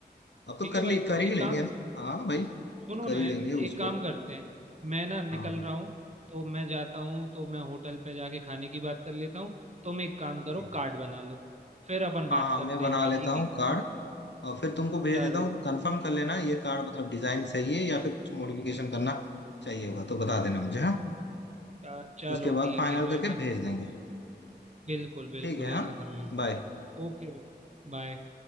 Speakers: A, on the left (about 80°); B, on the right (about 40°).
A: अब तो
B: ठीक
A: कर
B: है भाई
A: ली
B: तो
A: कर ही
B: एक
A: लेंगे
B: काम
A: ना हाँ भाई
B: सुनो
A: कर
B: ना
A: ही लेंगे
B: एक
A: उसको
B: काम करते हैं मैं ना निकल
A: हाँ हाँ
B: रहा हूँ तो मैं जाता हूँ तो मैं होटल पे जाके खाने की बात कर लेता हूँ तुम एक काम करो
A: ठीक है
B: कार्ड बना लो फिर अपन
A: हाँ
B: बात
A: हाँ,
B: करते
A: मैं बना
B: हैं बाकी
A: लेता हूँ
B: की
A: कार्ड और फिर तुमको भेज
B: चलो
A: देता हूँ कंफर्म कर लेना ये कार्ड मतलब डिजाइन सही है या फिर कुछ मॉडिफिकेशन करना चाहिए होगा तो बता देना मुझे हाँ
B: अ, चलो
A: उसके बाद
B: ठीक
A: फाइनल
B: है तो ऐसा
A: करके भेज देंगे
B: बिल्कुल बिल्कुल
A: ठीक है
B: ऐसा
A: हाँ
B: कर लेते
A: बाय
B: हैं ओके भाई बाय